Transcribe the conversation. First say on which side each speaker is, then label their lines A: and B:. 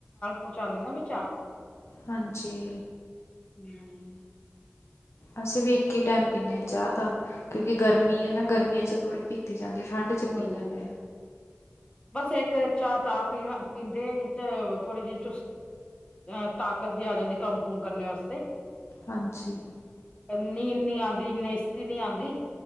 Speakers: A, on the left; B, on the left.
A: ਪਹੁੰਚਾਦੇ ਨਾ ਵਿਚ
B: ਹਾਂਜੀ
A: ਹਮ
B: ਅਸੀਂ ਵੀ ਇੱਕ ਹੀ ਟਾਈਮ ਪੀਨੇ ਚਾਹ ਤਾ ਕਿਉਂਕਿ ਗਰਮੀ ਆ ਨਾ ਗਰਮੀਆਂ ਚ ਥੋੜ੍ਹੀ ਪੀਤੀ ਪੀਤੀ ਜਾਂਦੀ ਹੈ ਠੰਡ ਚ
A: ਹਾਂਜੀ
B: ਪੀ ਲੈਂਦੇ ਹਾਂ।
A: ਬਸ ਇੱਕ ਚਾਹ ਤਾਪੀਂਦੇ ਥੋੜ੍ਹੀ ਜਿਹੀ ਚੁ ਅਹ ਤਾਕਤ ਜਿਹੀ ਆ ਜਾਂਦੀ ਕੰਮ ਕੁਮ ਕਰਨੇ ਵਾਸਤੇ।
B: ਹਾਂਜੀ
A: ਨੀਂਦ ਨੀ ਆਉਂਦੀ ਨੇਸਤੀ ਨੀ ਆਉਂਦੀ।